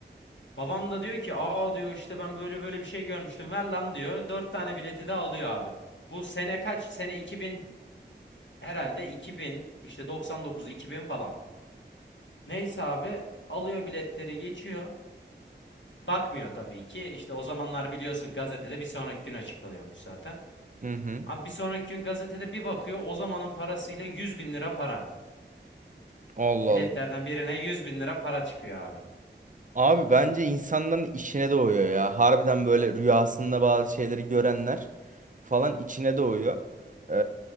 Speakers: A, on the left; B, on the right.
A: Babam da diyor ki aa diyor işte ben böyle böyle bir şey görmüştüm ver lan diyor. dört tane bileti de alıyor abi. Bu sene kaç? Sene 2000 herhalde 2000 işte doksan dokuz iki bin falan. Neyse abi alıyor biletleri geçiyor. Bakmıyor tabii ki. İşte o zamanlar biliyorsun gazetede bir sonraki gün açıklanıyormuş zaten.
B: Hı hı.
A: Abi bir sonraki gün gazetede bir bakıyor o zamanın parasıyla yüz bin lira para.
B: Allah
A: Biletlerden
B: Allah.
A: birine yüz bin lira para çıkıyor abi.
B: Abi bence insanların içine doğuyor ya. Harbiden böyle rüyasında bazı şeyleri görenler falan içine doğuyor. Ee,